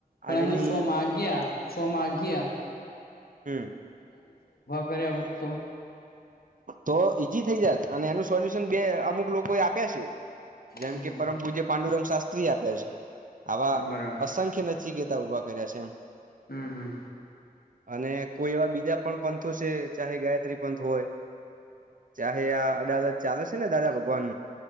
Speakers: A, on the left; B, on the right.
A: પણ
B: આજની
A: એમણે શો ગ્યા શો ગ્યા.
B: હમ.
A: કર્યા હોત તો
B: તો ઈજી થઇ જાત અને એનું સોલ્યુશન બે અમુક લોકો એ આપ્યા છે. જેમ
A: હમ
B: કે પરમભુજે પાંડુરંગ શાસ્ત્રી આપ્યા છે. આવા
A: બરાબર
B: અસંખ્ય નચી ગતા ઉઊભા કર્યા છે એમ
A: હમ હમ
B: અને કોઈ એવા બીજા પણ પંથો છે ચાહે ગાયત્રી પંથ હોય. ચાહે આ અદાલત ચાલે છે ને દાદા ભગવાન.